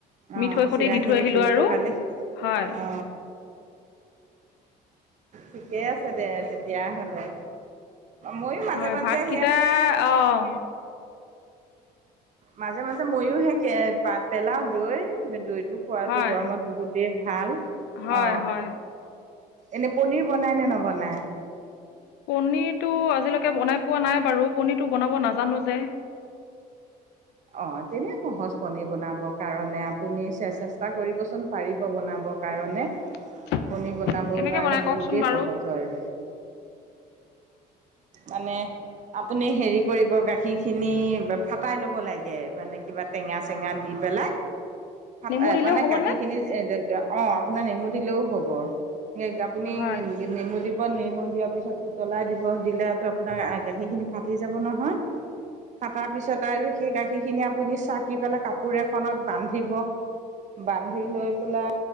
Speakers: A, on the right (about 45°); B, on the left (about 90°).
A: অ
B: মিঠৈ সৈতে
A: চিৰাখিনি
B: দি থৈ আহিলো
A: ধুই
B: আৰু
A: পখালি
B: হয়
A: অ ঠিকেইে আছে দে তেতিয়া হলে। মইও মাজে-মাজে
B: হয় ভাতকেইটা অঁ
A: মাজে মাজে মইও সে পেলাও দৈ দৈ টো খোৱাটো
B: হয়
A: গৰমত বহুতেই ভাল
B: হয়
A: অ
B: হয়
A: এনেই পনীৰ বনায় নে নবনায়?
B: পনিৰটো আজিলৈকে বনাই পোৱা নাই বাৰু পনিৰটো বনাব নাজানো যে
A: অঁ তেনে সহজ পনীৰ বনাব কাৰণে আপুনি চেষ্টা কৰিব চোন পাৰিব বনাব। কাৰণে
B: <inaudible>
A: পনীৰ বনাবৰ
B: কেনেকে
A: কাৰণে
B: বনাই
A: বহুতেই
B: কওকচোন বাৰু
A: সহজ হয় আৰু। মানে আপুনি হেৰি কৰিব গাখীৰ খিনি ফাটাই ল'ব লাগে মানে কিবা টেঙা চেঙা দি পেলায়
B: <inaudible>
A: ফাতে
B: দিলেও
A: মানে
B: হ'বনে
A: গাখীৰ খিনি <unintelligible> অ আপোনাৰ নেমু দিলেও হ'ব এই গা আপুনি
B: হয়
A: নে নে নেমু দিব নেমু দিয়াৰ পিছত উতলাই দিব, দিলে ত আপোনাৰ গাখীৰখিনি ফাটি ফাতি যাব নহয় ফাটাৰ পিছত আৰু সেই গাখীৰ খিনি আপুনি চাকি পেলাই কাপোৰ এখনত বান্ধিব বান্ধি লৈ পেলাই